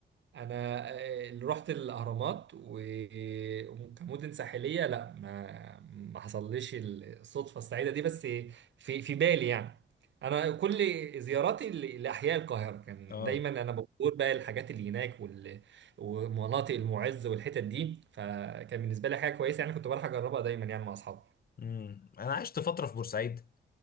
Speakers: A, on the right; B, on the left.
A: انا آه، اللي رحت الاهرامات و- وكمدن ساحليه لا ما ما حصلليش الصدفه السعيده دي بس في في بالي يعني انا كل زياراتي ل- لاحياء القاهره كان
B: اه
A: دايما انا بزور بقى الحاجات اللي هناك وال- ومناطق المعز والحتت دي فكان بالنسبه لي حاجه كويسه يعني كنت بروح اجربها دايما يعني مع اصحابي
B: امم انا عشت فترة في بورسعيد